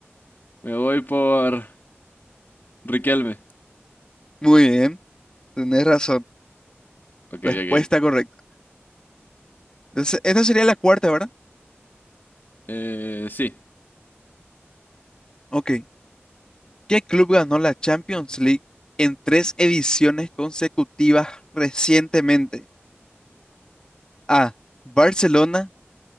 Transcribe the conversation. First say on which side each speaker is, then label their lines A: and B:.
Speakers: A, on the left; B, on the left.
A: Me voy por Riquelme.
B: Muy bien, tenés razón.
A: Ok,
B: Respuesta
A: ok.
B: correcta. Entonces, esta sería la cuarta, ¿verdad?
A: Eh, sí,
B: Ok. ¿Qué club ganó la Champions League en tres ediciones consecutivas recientemente? A. Barcelona.